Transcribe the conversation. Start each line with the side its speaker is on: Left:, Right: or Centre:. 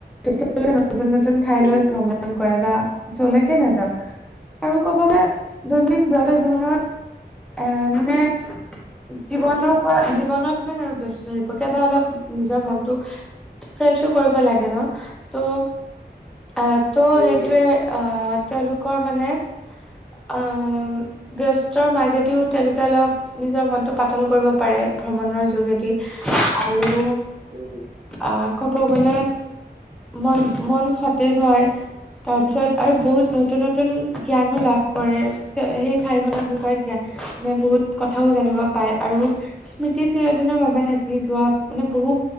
Centre: তি তেওঁলোকে নতুন নতুন ঠাইলৈ
Right: উম হম
Centre: ভ্ৰমণ কৰে বা জলেকে নাযাওক আৰু ক'ব গৈ দৈনন্দিন ব জীৱনৰ এ মানে জীৱনৰ পৰা জীৱনত মানে আৰু ব্যস্ত থাকিব কেতিাবা অলপ নিজৰ মনটো ফ্ৰেছো কৰিব লাগে ন ত' ত'
Right: উম
Centre: সেইটোৱে আহ তেওঁলোকৰ মানে অ ব্যস্তৰ মাজেদিও তেওঁলোকে অলপ নিজৰ মনটো পাতল কৰিব পাৰে ভ্ৰমণৰ যোগেদি আৰু
Right: উ হ
Centre: আহ ক'ব গলে মন মন সতেজ হয় তাৰ পিছত আৰু বহুত নতুন নতুন জ্ঞানো লাভ কৰে সেই ঠাইখনৰ বিষয়ত দিয়া মানে বহুত কথাও জানিব পায় আৰু স্মৃতি চিৰদিনৰ বাবে থাকি যোৱা মানে বহু